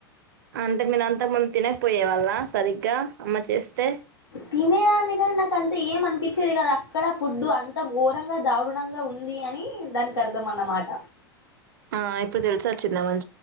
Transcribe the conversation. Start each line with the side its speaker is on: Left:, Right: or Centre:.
Right: అంటే మీరు అంతాక ముందు తినకపోయే వాళ్ళ సరిగ్గా అమ్మ చేస్తే
Left: తినేదాన్ని కానీ నాకు అంత ఏం అనిపించేది కాదు అక్కడ ఫుడ్ అంత ఘోరంగా దారుణంగా ఉంది అ అని దానికి అర్థం అన్నమాట
Right: ఆ ఇప్పుడు తెలుసివచ్చిందా మరి